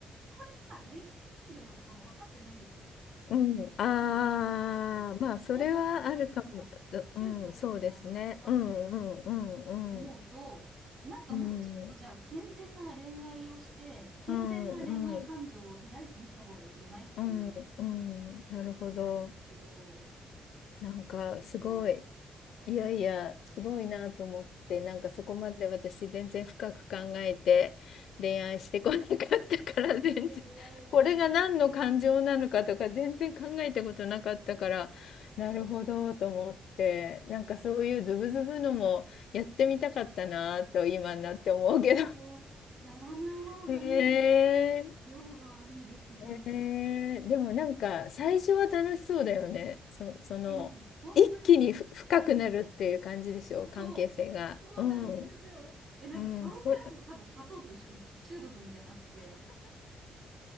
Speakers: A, on the right; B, on the left.
A: これが恋愛感情なのかも分かってないんですよ。
B: うん、ああ、
A: なんか、なんで、
B: まあ、それはあるかも。
A: 情とか
B: ううん、
A: 執着みたいなのかなって
B: そうですね。うん、うん、うん、
A: 思うと、
B: うん。
A: なんかもうちょっとじゃあ健全な恋愛をして、
B: うん、
A: 健全な恋愛感情を抱いてみた方が良くないっていう
B: うん、うん、うん、うんなるほど。
A: 気持ちなんですけど、
B: なんかすごい、
A: 難しいです。
B: いやいや、すごいなと思って、なんかそこまで私全然深く考えて恋愛してこなかったから、全然、
A: いやいやいやいや。
B: これが何の感情なのかとか全然考えたことなかったから、なるほどと思って、なんかそういうズブズブのもやってみたかったなと今になって思うけど。
A: いや、もう、やらない方がいいです。
B: <laughs> へえ
A: 用が悪いです、とても。
B: ねえでもなんか最初は楽しそうだよね。そ、その一気にふ深くなるっていう感じでしょ、
A: え、もう、本当に、
B: 関係性が。
A: そう、そうなんですよ。
B: うん、
A: え、なんか、
B: うん、
A: それからも多分、
B: それ、
A: 砂糖と一緒です。中毒みたいになってて。